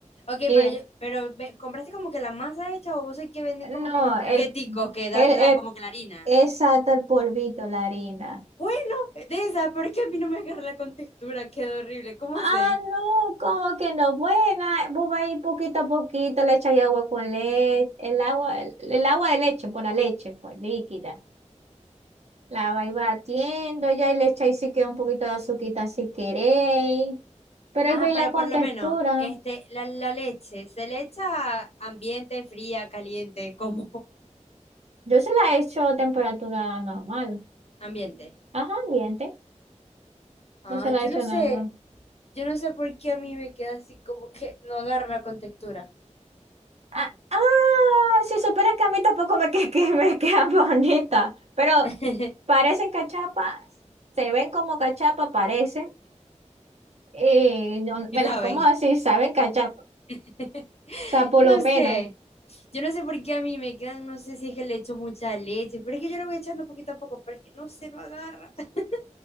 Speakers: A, on the left (about 55°); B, on the right (about 60°).
A: ok,
B: Y
A: pero, yo- pero ve- ¿compraste como que la masa hecha o vos sabés que venden
B: no,
A: como que unos paqueticos
B: el,
A: que dan
B: el, el,
A: la, como que la harina?
B: exacto, el polvito, la harina.
A: Bueno, de esa, porque a mí no me agarra la contextura, queda horrible, ¿cómo
B: Ah,
A: hacéis?
B: no, como que no, buena, vos vas a ir poquito a poquito, le echáis agua con leche, el agua, el, el agua de leche, por la leche, pues, líquida. La vais batiendo ya y le echáis si queda un poquito de azuquita si queréis. Pero ahí
A: Ajá,
B: veis
A: pero
B: la con
A: por lo
B: textura.
A: menos, este, la, la leche, ¿se le echa ambiente, fría, caliente, como <laughs>
B: Yo se la he hecho a temperatura normal.
A: ambiente?
B: Ajá, ambiente.
A: Ah,
B: No se la
A: yo
B: he hecho
A: no sé,
B: normal.
A: yo no sé por qué a mí me queda así como que no agarra la contextura.
B: Ah, ah, si supieras que a mí tampoco me, <laughs> que, que me quedan bonitas, pero
A: <laughs>
B: parecen cachapas, se ven como cachapas, parecen, y no-
A: Y
B: me
A: saben,
B: las como así, saben cachapas, o
A: <laughs>
B: sea, por
A: yo
B: lo
A: no
B: menos.
A: sé, yo no sé por qué a mí me quedan, no sé si es que le echo mucha leche, pero es que yo lo voy echando poquito a poco, pero es que no se lo agarra. <laughs>